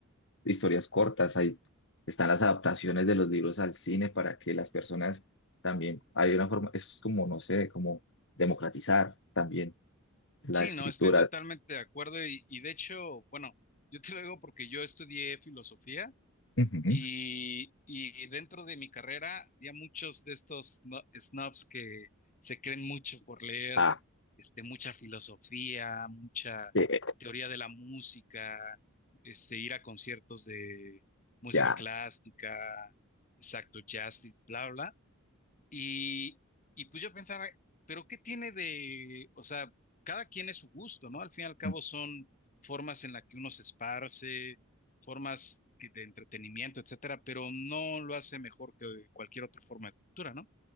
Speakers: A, on the left; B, on the left.
A: historias cortas, hay, están las adaptaciones de los libros al cine para que las personas también, hay una forma, es como, no sé, como democratizar también la
B: sí,
A: escritura.
B: no, estoy totalmente de acuerdo y, y de hecho, bueno, yo te lo digo porque yo estudié filosofía
A: Ujú.
B: Y, y dentro de mi carrera había muchos de estos no- snobs que se creen mucho por leer
A: Ah,
B: este, mucha filosofía, mucha
A: eh,
B: teoría de la música, este, ir a conciertos de música
A: ya.
B: clásica, exacto, jazz y bla, bla. Y, y pues yo pensaba, pero ¿qué tiene de, o sea, cada quien es su gusto, ¿no? Al fin y al cabo
A: Ujú.
B: son formas en las que uno se esparce, formas que- de entretenimiento, etcétera, pero no lo hace mejor que cualquier otra forma de cultura, ¿no?